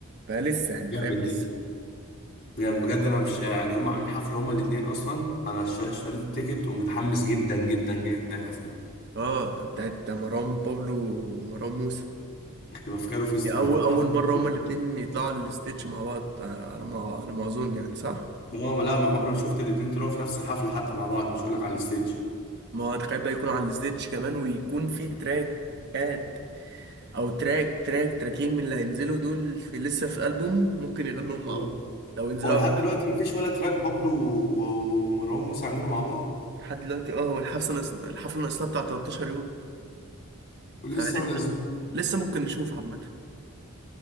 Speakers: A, on the right; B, on the left.
A: فلسه يعني
B: جامد
A: فاهم لسه
B: دي يعني بجد انا مش يعني هم عاملين حفله هما الاثنين اصلا انا اشت- اشتريت التيكت ومتحمس جدا جدا جدا الحفله دي
A: اه بتاعت مروان بابلو ومروان موسى
B: هتبقى في كايرو فيستيفال
A: اول
B: هتبقى
A: اول
B: حفله
A: مره هما الاتنين يطلعوا على الستيتش مع بعض آه، على ما على ما اظن يعني صح
B: هو لا ما عمري ما شفت الاتنين طلعوا في نفس الحفله حتى مع بعض مش هقول لك على الستيج
A: ما تخيل بقى يكونوا على الستيتش كمان ويكون في تراكات او تراك تراك تراكين من اللي هينزلوا دول في لسه في البوم ممكن يغنوهم مع
B: مم.
A: بعض لو ينزلوا
B: هو لحد
A: قبل
B: دلوقتي
A: الحفلة.
B: مفيش ولا تراك بابلو و- ومروان موسى عاملينه مع بعض
A: لحد دلوقتي اه هو الحفله ناس- الحفله ناقصلها بتاع 13 يوم
B: ولسه
A: فلسه
B: منزل
A: ممكن لسه ممكن نشوف عامه